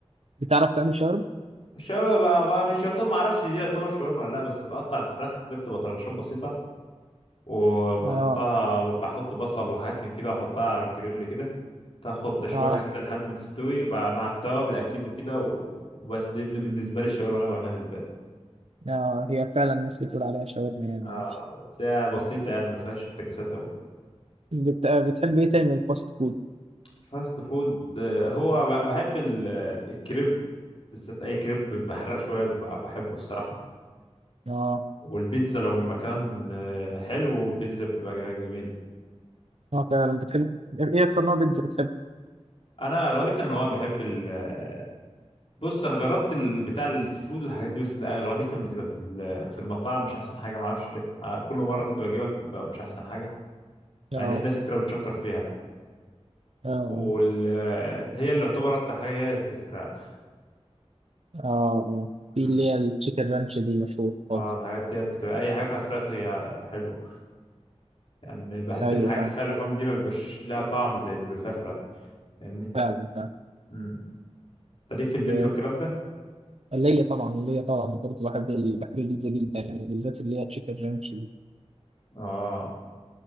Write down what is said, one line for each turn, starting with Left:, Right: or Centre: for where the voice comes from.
Right: بتعرف تعمل شاورما؟
Left: مش شاورما بقى, بقى مش يعتبر ما اعرفش دي يعتبر شاورما ولا لا بس بقطع الفراخ كده بتبقى طرنشات بسيطه وبحطها
Right: اه
Left: بحط بصل وحاجات من كده واحطها على الجريل كده تاخد تشويحه
Right: اه
Left: كده لحد ما تستوي وبقى مع التوابل اكيد وكده و- وبس دي بالنسبه لي الشاورما اللي انا بعملها في البيت
Right: اه هي فعلا الناس بتقول عليها شاورما يعني
Left: آه
Right: عادي
Left: بس هي بسيطة يعني ما فيهاش افتكاسات أوي
Right: بت... بتحب ايه تاني من الفاست فود؟
Left: فاست فود آه، هو ب- بحب ال- الكريب بالذات أي كريب بحرق شوية ببقى بحبه الصراحة
Right: اه
Left: والبيتزا لو من مكان آه، حلو البيتزا بتبقى جا- جميل
Right: اه فعلا بتحب ايه اكتر نوع بيتزا بتحب؟
Left: أنا أغلبية إن هو بحب ال آه، بص أنا جربت ال- بتاع السي فود والحاجات دي بس ده أغلبية بتبقى في ال- في المطاعم مش أحسن حاجة معرفش ليه آه، كل مرة كنت بجيبها بتبقى مش أحسن حاجة
Right: اه
Left: مع إن في ناس كتير بتشكر فيها يعني
Right: اه اه
Left: واللي هي اللي يعتبر أكتر حاجة هي بتاعت الفراخ
Right: اه آه.
Left: مم.
Right: في اللي هي التشيكن رانش دي مشهور
Left: اه
Right: خالص
Left: الحاجات ديت بتبقى اي حاجه فيها فراخ هي حلوه يعني بحس
Right: ايوه
Left: ان الحاجات
Right: فعلا
Left: اللي فيها لحوم دي ما بيبقاش لها طعم زي اللي بيبقى فيها فراخ فاهمني
Right: فعلا فعلا
Left: امم انت ليك في البيتزا
Right: ب-
Left: والكلام ده
Right: ليا طبعا ليا طبعا برضه بحب ال- بحب البيتزا جدا يعني بالذات اللي هي تشيكن رانش
Left: اه